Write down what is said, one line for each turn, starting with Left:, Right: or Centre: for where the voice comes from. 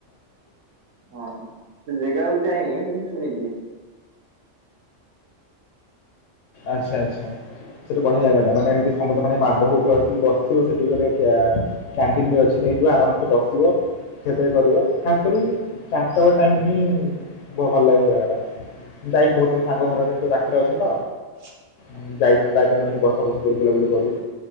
Right: ହଁ ସେ ଜେଗାକୁ ଯାଇନି କିନ୍ତୁ ଶୁଣିଚି।
Left: ଆଚ୍ଛା ଆଚ୍ଛା। ସେଠୁ ବଢିଆ ଜାଗାଟା ମାନେ ଏମତି ସମୁଦ୍ରପାଣି ମାଡ଼ ହୋଉଥିବ ଆସିକି ବସିଥିବ ସେଠି ଗୋଟେ କ୍ୟା କ୍ୟାଣ୍ଟିନ ବି ଅଛି ନେଇଯିବ ଆରାମସେ ବସିବ। ଖିଆପିଆ କରିବ ଖାସ କରି ଚାରିଟା ବେଳ ଟାଇମରେ ହିଁ ବ ଭଲ ଲାଗେ ସେ ଜାଗାଟା। ଯାଇଚି ବୋହୁଥର ସାଙ୍ଗ ଘର ଏବେ ସେଠି ପାଖରେ ଅଛି ତ।
Right: ଆଚ୍ଛା।
Left: ଉଁ ଯାଇଚି ପ୍ରାୟ ଟାଇମ <unintelligible> ବସା ବସି କରୁ ବୁଲାବୁଲି କରୁ।